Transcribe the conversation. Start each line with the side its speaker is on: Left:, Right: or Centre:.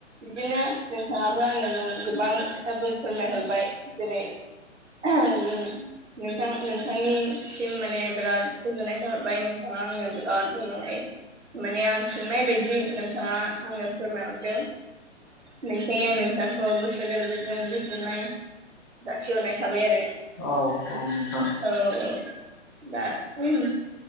Right: बिदिनो नोंथाङाबो आंनो गोबां खोथाफोर फोरमायहरबाय। जेरै <inaudible> जों नोंथां नोंथांनिसिम माने बिराद गोजोननाय थाबाय नो ओ आंनो बिराद मोजाङै माने आं सोंनाय बायदि नोंथाङा आंनो फोरमायहरदों। नंखायनो आं नोंथांखौ गोसो गोरबोजों गोजोननाय जासिहरनाय थाबाय आरो।
Left: औ औ नोंथां।
Right: औ औ दा <inaudible>